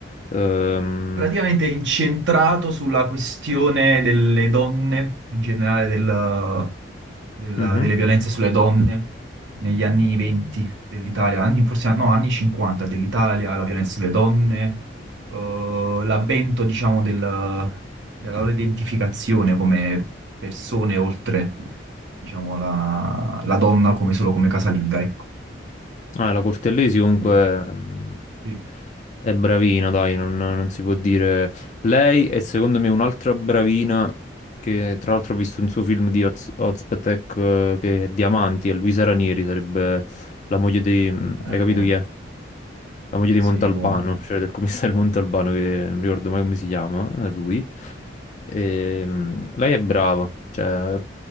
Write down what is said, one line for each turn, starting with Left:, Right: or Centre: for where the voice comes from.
Left: Ehm,
Right: praticamente incentrato sulla questione delle donne, in generale del- della-
Left: mhm.
Right: delle violenze sulle donne negli anni 20 dell'Italia, anni, forse no, anni 50 dell'Italia, la violenza sulle donne, eh, l'avvento, diciamo, del- della loro identificazione come persone oltre, diciamo, la, la donna come solo come casalinga, ecco.
Left: Ah, la Cortellesi comunque
Right: Quindi,
Left: mh,
Right: sì,
Left: è bravina, dai, non, non si può dire. Lei è secondo me un'altra bravina che tra l'altro ho visto un suo film di Oz, Ozpetek eh, che è Diamanti, è Luisa Ranieri, sarebbe la moglie di... mh,
Right: eh,
Left: hai capito
Right: come?
Left: chi è? La moglie di
Right: Sì,
Left: Montalbano,
Right: come?
Left: <laughs> cioè del commissario <laughs> Montalbano che non mi ricordo mai come si chiama, è lui. E, mh, lei è brava, cioè